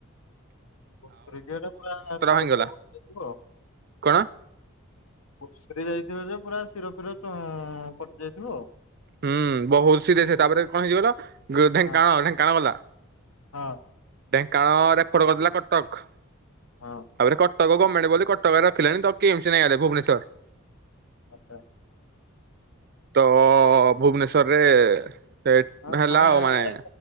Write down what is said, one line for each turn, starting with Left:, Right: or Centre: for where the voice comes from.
Left: ଘୁସୁରୀକା ପୁରା ଶିର
Right: ଭାଙ୍ଗିଗଲା
Left: ପୁରା କଟି ଯାଇଥିବ ଆଉ।
Right: କଣ
Left: ଘୁସୁରୀ ଯାଇଥିବ ଯେ ପୁରା ଶିର ଫିର କଟି ଯାଇଥିବ ଆଉ।
Right: ହୁଁ ବହୁତ ସିରିଏସ୍ ସେ ତାପରେ କଣ ହେଇଚି କହିଲ ଢେଙ୍କାଣାଳ
Left: ଆଉ
Right: ଢେଙ୍କାଣାଳ ଗଲା।
Left: ହଁ।
Right: ଢେଙ୍କାନାଳ ରେଫର କରିଦେଲା କଟକ
Left: ହଁ। ହଁ
Right: ତାପରେ କ କଟକ ଗମେଣ୍ଟ ଗଲେ କଟକରେ ରଖିଲାଣି ତ କେମସ୍ ନେଇଆଇଲେ ଭୁବନେଶ୍ୱର
Left: ଆଛା।
Right: ତ ଭୁବନେଶ୍ଵରରେ ସେ
Left: ହଁ
Right: ହେଲା ଆଉ ମାନେ
Left: ଆରେ